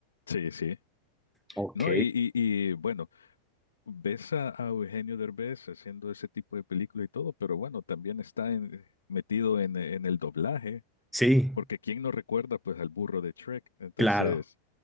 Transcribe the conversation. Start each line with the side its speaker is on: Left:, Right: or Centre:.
Left: Sí, sí.
Centre: Ok,
Left: No, y, y, y, bueno, ves a, a Eugenio Derbez haciendo ese tipo de película y todo, pero bueno, también está en- metido en, en el doblaje,
Centre: sí,
Left: porque quién no recuerda pues al burro de Shrek. Entonces,
Centre: claro,